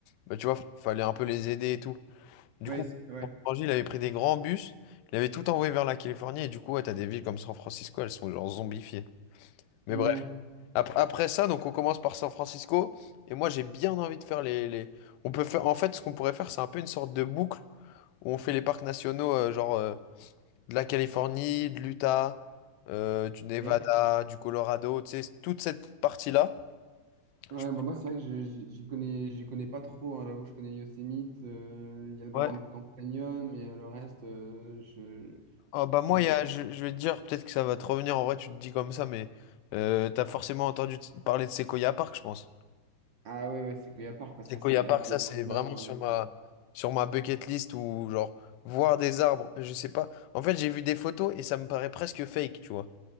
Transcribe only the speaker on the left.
Bah, tu vois, fallait un peu les aider et tout. Du
coup,
pour changer, il avait pris des grands bus, il avait tout envoyé vers la Californie, et du coup, ouais, t'as des villes comme San Francisco, elles sont genre zombifiées. Mais
bref. Ap- Après ça, donc on commence par San Francisco. Et moi, j'ai bien envie de faire les, les- On peut faire... En fait, ce qu'on pourrait faire, c'est un peu une sorte de boucle où on fait les parcs nationaux, euh, genre euh, de la Californie, de l'Utah, euh, du Nevada,
du Colorado, tu sais, toute cette partie-là.
Je-
Ouais.
Ah, bah moi,
il y a- je, je vais te dire, peut-être que ça va te revenir, en vrai, tu te dis comme ça, mais euh, t'as forcément entendu t- parler de Sequoia Park, je pense.
C'est
qu'il y a
parc, ça,
c'est
vraiment
sur ma, sur ma bucket list ou genre voir des arbres, je sais pas. En fait, j'ai vu des photos et ça me paraît presque fake, tu vois.